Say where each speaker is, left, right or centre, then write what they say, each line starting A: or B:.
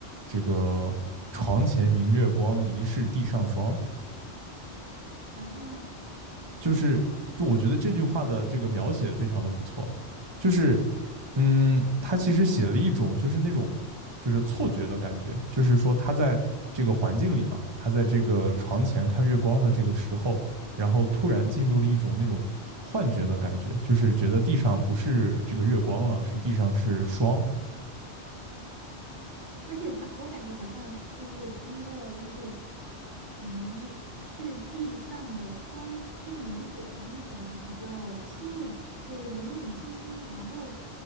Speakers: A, on the right (about 25°); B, on the right (about 80°).
A: 这个床前明月光，疑是地上霜，
B: 然后呢？
A: 就是就我觉得这句话的这个描写非常的不错，就是嗯，他其实写了一种就是那种就是错觉的感觉，就是说他在这个环境里嘛，他在这个床前看月光的这个时候，然后突然进入了一种那种幻觉的感觉，就是觉得地上不是这个月光了，是地上是霜。
B: 而且他，我感觉好像就是通过就是仪是地上的霜，就是能给人一种比较清冷，就是冷冷清清，然后